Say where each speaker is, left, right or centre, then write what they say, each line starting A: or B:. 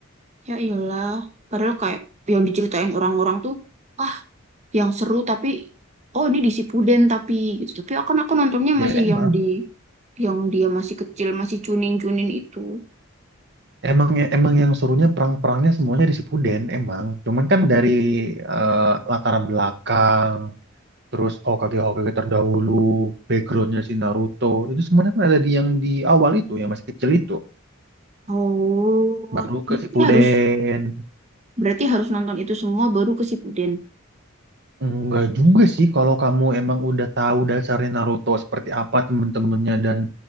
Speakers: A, on the right (about 35°); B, on the right (about 55°).
A: Ya iyalah. Padahal kayak yang diceritain orang-orang tuh, ah yang seru tapi oh ini di Sipuden tapi gitu. Tapi akan aku nontonnya
B: Ya
A: masih
B: emang.
A: yang di yang dia masih kecil, masih cunin-cunin itu.
B: Emang ya, emang yang serunya perang-perangnya semuanya di Shippuden emang. Cuman kan dari eh, latar belakang, terus Hokage-Hokage terdahulu, backgroundnya si Naruto, itu semuanya kan ada di yang di awal itu, yang masih kecil itu.
A: Oh,
B: Baru ke
A: berarti
B: Shippuden.
A: harus berarti harus nonton itu semua baru ke Sipuden.
B: Enggak juga sih kalau kamu emang udah tahu dasarnya Naruto seperti apa temen-temennya dan